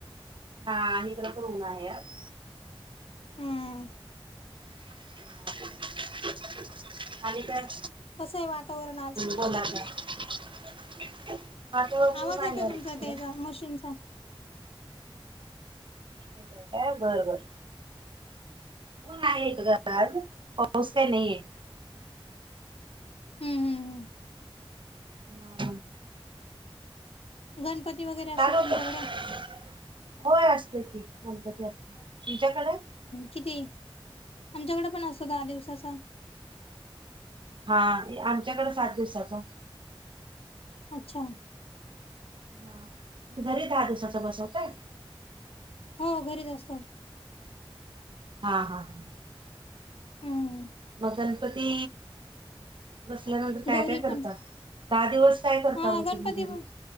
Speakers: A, on the right (about 60°); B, on the left (about 80°).
A: हा इकड पण ऊन आहे आज,
B: हम्म,
A: <unintelligible> खाली काय,
B: कसं हे वातावरण आज.
A: <unintelligible>
B: आवाज येतोय तुमचा त्याचा मशीनचा
A: येतयं का बरबर, ऊन आहे इकडं आज पाऊस काय नाही हे.
B: हम्म हम्म, हम्म.
A: <inaudible>
B: गणपती वगैरे, असतात
A: चालवतयं,
B: तुमच्याकडे
A: होय असते की गणपती असते तुमच्याकडे.
B: किती आमच्याकडे पण असतो दहा दिवसाचा,
A: हा आमच्याकड सात दिवसाचा.
B: अच्छा.
A: हां, घरी दहा दिवसाचा बसवता?
B: हो घरीच असतो.
A: हा हा हा...
B: हम्म
A: मग गणपती बसल्यानंतर काय
B: गौरी
A: काय
B: पण
A: करता? दहा दिवस काय करता
B: हा
A: मग
B: गणपती
A: तुम्ही घरी?
B: पण